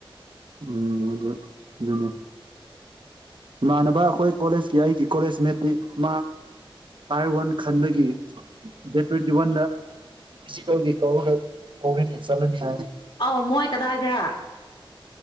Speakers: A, on the right (about 60°); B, on the left (about 65°).
A: ꯎꯝ ꯃꯗꯨ ꯗꯨꯅ‌ꯦ ꯏꯃꯥꯟꯅꯕ ꯑꯩꯈꯣꯏ ꯀꯣꯂꯦꯖꯀꯤ ꯑꯩꯒꯤ ꯀꯣꯂꯦꯖ ꯃ‌ꯦꯠꯇꯤ ꯃꯥ ꯇꯥꯏꯔ ꯋꯥꯟ ꯈꯟꯕꯒꯤ ꯗꯦꯠ ꯇ꯭ꯋꯦꯟꯇꯤ ꯋꯥꯟꯗ ꯐꯤꯖꯤꯀꯦꯜꯒꯤ ꯀꯧꯔꯒ ꯀꯧꯔ‌ꯦꯅ‌ꯦ ꯆꯠꯂꯅꯤ ꯍꯥꯏ
B: ꯑꯥꯎ ꯃꯣꯏ ꯀꯗꯥꯏꯗꯔꯥ